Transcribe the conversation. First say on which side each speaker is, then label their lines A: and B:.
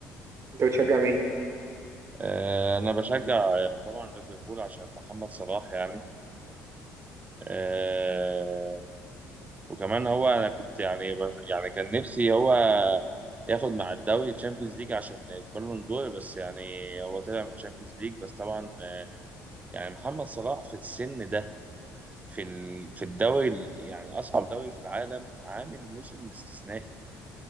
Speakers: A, on the right (about 40°); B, on the right (about 20°).
A: انت بتشجع مين؟
B: آه انا بشجع آه، طبعا ليفربول عشان محمد صلاح يعني آه وكمان هو انا كنت يعني بش... يعني كان نفسي هو ياخد مع الدوري تشامبيونز ليج عشان البالون دور بس يعني هو طلع من تشامبيونز ليج بس طبعا آه، يعني محمد صلاح في السن ده في ال... في الدوري ال- يعني اصعب دوري في العالم عامل موسم استثنائي